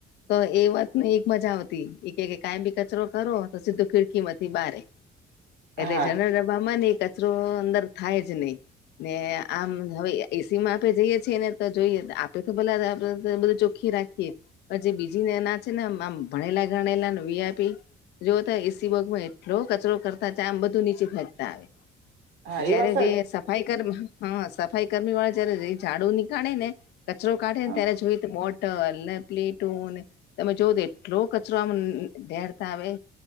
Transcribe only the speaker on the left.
તો એ વાતને એક મજા આવતી એ કે કાયમી કચરો કરો તો સીધું ખીડકીમાંથી બારે
એટલે જનરલ ડબ્બામાં ને કચરો અંદર થાય જ નહી ને આમ હવે એસી માં આપે જઈએ છીએ ને તો જોઈએ આપે તો ભલા બધું ચોખ્ખી રાખીએ પછી બીજીને એના છે ને આમ ભણેલા ગણેલાને વીઆઇપી જો તો એસી બોગીમાં એટલો કચરો કરતા જાય આમ બધું નીચે ફેંકતા આવે
જયારે
જે સફાઈ કર્મ હા સફાઈ કર્મી વાળા જયારે ઝાડુ નીકાળે ને કચરો કાઢે
ને ત્યારે જોઈએ તો બોદ ટલ ને પ્લેટોને તમે જોવ તો એટલો કચરોમાં ઢેરતા આવે